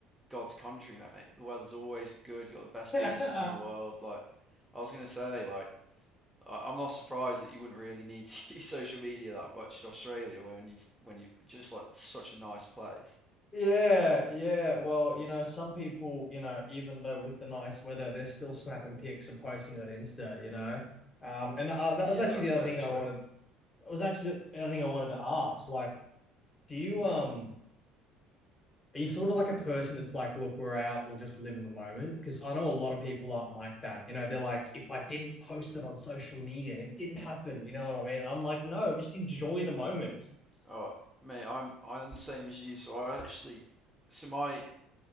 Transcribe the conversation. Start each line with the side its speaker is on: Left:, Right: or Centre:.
Centre: God's country, mate. The weather's always good. You got the best
Left: <laughs> yeah,
Centre: beaches in the world. Like, I was gonna say, like, I, I'm not surprised that you wouldn't really need to <laughs> use social media that much in Australia when you've when you just like such a nice place.
Left: yeah. Well, you know, some people, you know, even though with the nice weather, they're still snapping pics and posting on Insta. You know, um, and uh, that
Centre: Yeah,
Left: was actually
Centre: that's
Left: the other
Centre: very
Left: thing
Centre: true.
Left: I wanted. It was actually the other thing I wanted to ask. Like, do you um are you sort of like a person that's like, look, we're out, we'll just live in the moment? Because I know a lot of people aren't like that. You know, they're like, if I didn't post it on social media, it didn't happen. You know what I mean? I'm like, no, just enjoy the moment.
Centre: Oh, mate, I'm I'm the same as you. So I actually, so my